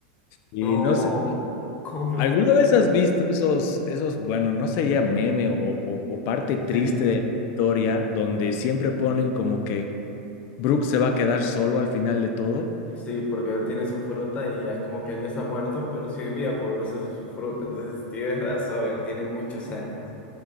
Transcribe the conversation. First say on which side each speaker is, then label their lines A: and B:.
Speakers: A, on the left; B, on the left.
A: Y
B: No,
A: no sé,
B: ¿cómo lo
A: ¿alguna
B: puedo?
A: vez
B: acordar?
A: has visto esos, esos, bueno, no sería meme o, o- o parte triste
B: Sí.
A: de la historia donde siempre ponen como que Brooke se va a quedar solo al final de todo?
B: Sí, porque él tiene su fruta y ya es como que él ya está muerto, pero sí vivía por gracias a su fruta. Entonces tienes razón, él tiene muchos años.